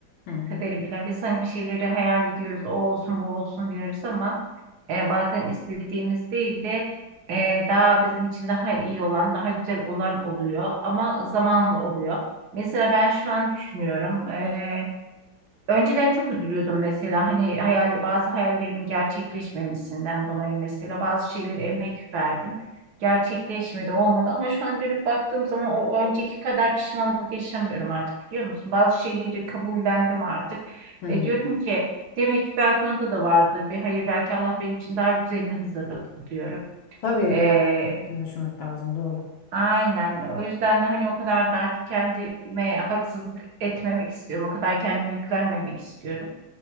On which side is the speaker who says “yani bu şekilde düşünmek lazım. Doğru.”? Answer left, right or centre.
Left